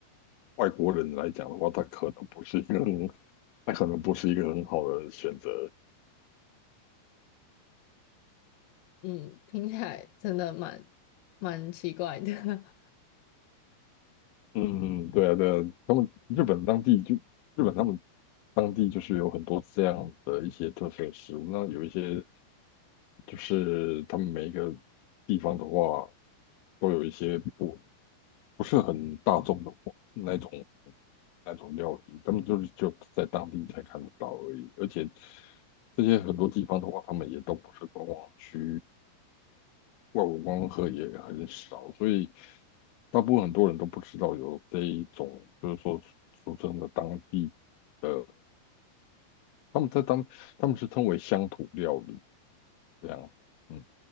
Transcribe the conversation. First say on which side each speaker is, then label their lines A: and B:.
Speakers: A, on the left; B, on the left.
A: 外国人来讲的话，他可能不是一个很，<laughs> 他可能不是一个很好的选择。
B: 嗯，听起来真的蛮蛮奇怪的。<laughs>
A: 嗯，对啊，对啊，他们日本当地就日本他们当地就是有很多这样的一些特色食物，那有一些就是他们每一个地方的话，都有一些不不是很大众的那种那种料理，他们就是就在当地才看得到而已。而且这些很多地方的话，他们也都不是观光区，外国观光客也很少，所以大部分很多人都不知道有这一种，就是说俗称的当地的，他们在当他们是称为乡土料理这样，嗯，